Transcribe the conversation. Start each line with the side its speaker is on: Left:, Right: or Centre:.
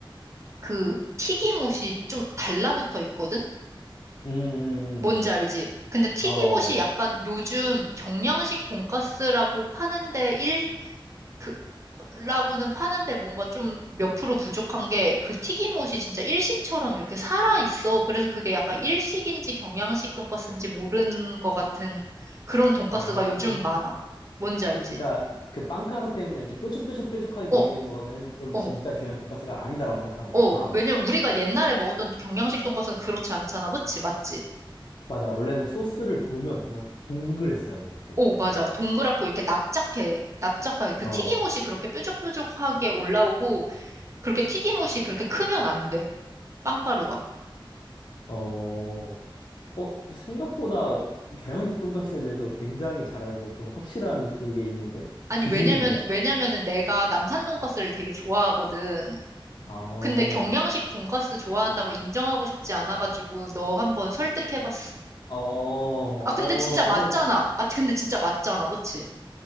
Right: 그 튀김옷이 좀 달라붙어 있거든?
Left: 음, 음,
Right: 뭔지 알지?
Left: 음.
Right: 근데 튀김옷이
Left: 음. 어.
Right: 약간 요즘 경양식 돈가스라고 파는데 일, 그 라고는 파는데 뭔가 좀 몇 프로 부족한 게 그 튀김옷이 진짜 일식처럼 이렇게 살아 있어. 그래서 그게 약간 일식인지 경양식 돈가스인지 모르는 것 같은 그런 돈가스가
Left: 아.
Right: 요즘 많아. 뭔지 알지?
Left: 그러니까 그 빵가루 때문에 이렇게 뾰족뾰족뾰족하게 돼
Right: 어,
Left: 있는 거는 좀 진짜
Right: 어,
Left: 경양 돈가스가 아니다라고 생각하는
Right: 어.
Left: 거구나.
Right: 왜냐면 우리가 옛날에 먹었던 경양식 돈가스는 그렇지 않잖아. 그치? 맞지?
Left: 맞아. 원래는 소스를 부으면 그냥 동그랬어야 돼. 이렇게.
Right: 오, 맞아.
Left: 그냥.
Right: 동그랗고 이렇게 납작해. 납작하게. 그
Left: 어.
Right: 튀김옷이 그렇게 뾰족뾰족하게 올라오고 그렇게 튀김옷이 그렇게 크면 안 돼. 빵가루가.
Left: 어. 어, 생각보다 경양식 돈가스에 대해서 굉장히 잘 알고 그 확실한 그게 있는데?
Right: 아니,
Left: 기준이
Right: 왜냐면,
Left: 있네.
Right: 왜냐면은 내가 남산 돈가스를 되게 좋아하거든.
Left: 어,
Right: 근데 경양식 돈가스 좋아한다고 인정하고 싶지 않아가지고 너 한번 설득해봤어.
Left: 어, 어,
Right: 아, 근데 진짜
Left: 나는
Right: 맞잖아. 아, 근데 진짜 맞잖아. 그치?